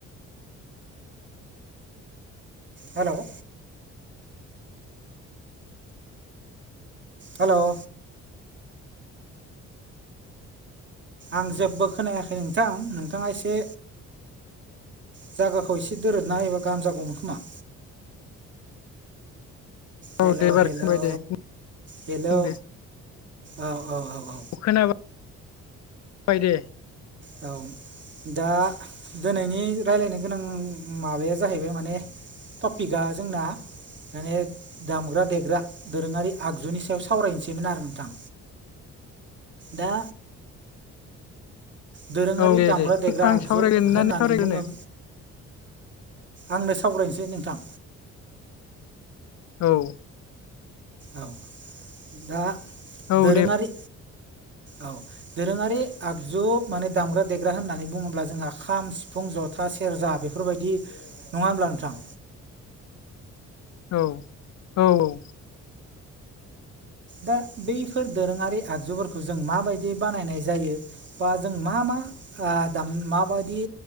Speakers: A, on the right; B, on the left.
A: हेल' हेल' आं जेबो खोनायाखै नोंथां नोंथाङा एसे जागाखौ एसे दोरदना होयोबा गाहाम जागौमोन खोमा हेलौ
B: औ दे एबार
A: हेलौ
B: खोबाय दे बुंदो
A: हेलौ औ औ औ औ
B: खोनाबा बाय दे
A: औ दा दिनैनि रायलायनो गोनां माबाया जाहैबाय माने टपिकआ जोंना माने दामग्रा देग्रा। दोरोङारि आगजुनि सायाव सावरायनोसैमोन आरो नोंथां दा दोरोङारि
B: औ दे
A: दामग्रा
B: दे
A: देग्रा
B: आं
A: आगजु
B: सावरायगोन
A: होननानै
B: ना नों सावरायग्रोनो
A: बुङो आंनो सावरायनोसै नोंथां।
B: औ
A: औ दा
B: औ
A: दोरोङारि
B: दे
A: औ दोरोङारि आगजु माने दामग्रा देग्रा होननानै बुङोब्ला जोंहा खाम सिफुं ज था सेरजा बेफोरबायदि नङा होमब्ला नोंथां?
B: औ औ औ
A: दा बैफोर दोरोङारि आगजुफोरखौ जों माबायदि बानायनाय जायो? बा जों मा मा ओ दाम माबायदि